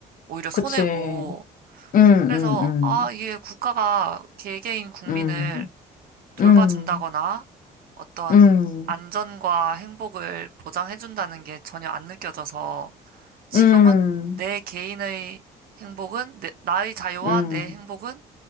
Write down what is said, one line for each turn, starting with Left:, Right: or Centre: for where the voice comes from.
Right: 오히려 손해고.
Left: 그치. 음, 음,
Right: 그래서,
Left: 음,
Right: 아, 이게 국가가 개개인 국민을
Left: 음,
Right: 돌봐준다거나
Left: 음,
Right: 어떤
Left: 음,
Right: 안전과 행복을 보장해준다는 게 전혀 안 느껴져서 지금은
Left: 음,
Right: 내 개인의 행복은, 내, 나의 자유와
Left: 음,
Right: 내 행복은